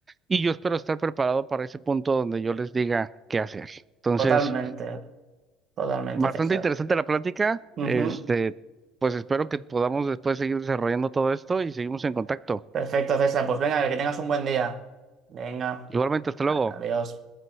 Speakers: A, on the right (about 20°); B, on the right (about 40°).
A: y yo espero estar preparado para ese punto donde yo les diga qué hacer. Entonces,
B: totalmente, totalmente,
A: Bastante
B: César.
A: interesante la plática.
B: Ujú.
A: Este, pues espero que podamos después seguir desarrollando todo esto y seguimos en contacto.
B: Perfecto, César. Pues venga, que tengas un buen día. Venga,
A: Igualmente, hasta luego.
B: adiós.